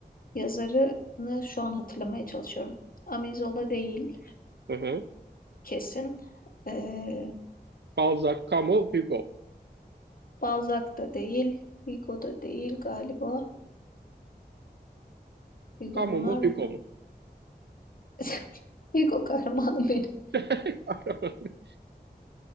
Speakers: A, on the left (about 55°); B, on the right (about 85°).
A: yazarını şu an hatırlamaya çalışıyorum. Amizola değil
B: Hı hı.
A: kesin. Ee,
B: Balzac, Camus, Hugo.
A: Balzac da değil. Hugo da değil galiba. Hugo'nun
B: Camus
A: var
B: mu Hugo
A: mı?
B: mu?
A: <laughs> Hugo kahramanım
B: <laughs>